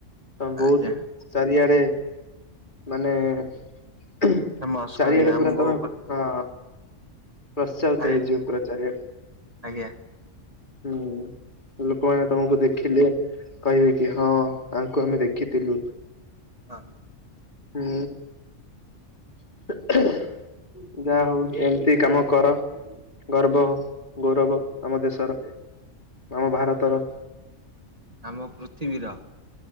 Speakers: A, on the left (about 40°); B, on the right (about 30°).
A: ହ ବହୁତ
B: ଆଜ୍ଞା
A: ଚାରିଆଡେ ମାନେ <unintelligible>
B: ଫେମସ୍
A: ଚାରିଆଡେ
B: କରିବେ ଆମକୁ
A: ପୁରା ତମେ ହଁ। ପ୍ରତ୍ସାହିତ
B: ହାଇ
A: ହେଇଯିବ ପୁର ଚାରିଆଡେ
B: ଆଜ୍ଞା।
A: <inaudible> ହୁଁ। ଲୋକମାନେ ତମକୁ ଦେଖିଲେ କହିବେ କି ହଁ ତାଙ୍କୁ ଆମେ ଦେଖିଥିଲୁ।
B: ହଁ।
A: ହୁଁ। <inaudible> ଯାହା ହଉ ଏମ୍ ତି କାମ କର। ଗର୍ବ ଗୌରବ ଆମ ଦେଶର <inaudible> ଆମ ଭାରତର।
B: ଆମ ପୃଥିବୀର।